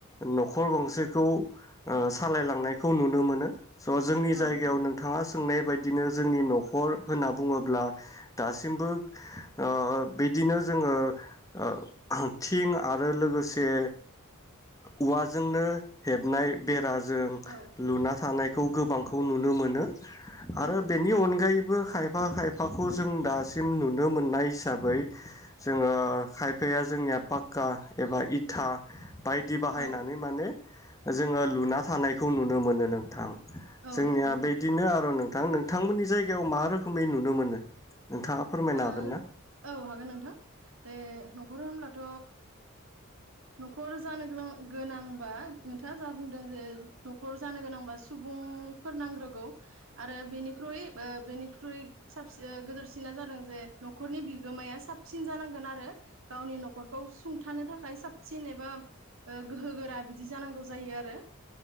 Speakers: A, on the left; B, on the right.
A: नखर गंसेखौ ओ सालायलांनायखौ नुनो मोनो। स जोंनि
B: औ
A: जायगायाव
B: नंगौ
A: नोंथाङा सोंनाय बायदि बिदिनो जोंनि नखर होनना बुङोब्ला दासिमबो ओ बिदिनो जोङो ओ थिं आरो लोगोसे औवाजोंनो हेबनाय बेरा जों
B: औ
A: लुना थानाय खौ गोबांखौ नुनो मोनो आरो
B: औ नंगौ
A: बेनि
B: नोंथां
A: अनगायैबो खायफ खायफा खायफाखौ जों दासिम नुनो मोननाय हिसाबै जोङो खायफाया जोंनिया पाक्का एबा इथा। बायदि बाहायनानै
B: औ
A: माने जोङो लुना थानायखौ नुनो मोनो नोंथां।
B: औ
A: जोंनिया
B: नंगौ नोंथां
A: बिदिनो आरो नों थां नोंथांमोननि जायगायाव मा रोखोमै नुनो मोनो। नोंथाङा फोरमायनो
B: ओ
A: हागोन ना
B: औ हागोन नोंथां बे नखर होनब्लाथ नखर जानो गोनां-गोनांबा नोंथाङा जा बुंदों जे नखर जानो गोनांबा सुबुंफोर नांग्रोगौ। आरो बेनिख्रुइ ओ बेनिख्रुइ साबसिन ओ गोदोरसिन। सिना जादों जे नखरनि बिगोमाया साबसिन जानांगोन आरो गावनि नखरखौ सुंथानो थाखाय साबसिन एबा ओ गोहो गोरा बि दि जानांगौ जायो आरो।